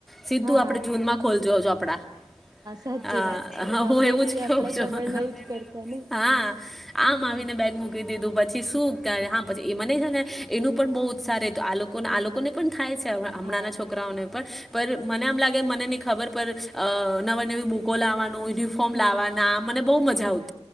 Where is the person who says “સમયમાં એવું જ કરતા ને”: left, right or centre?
Right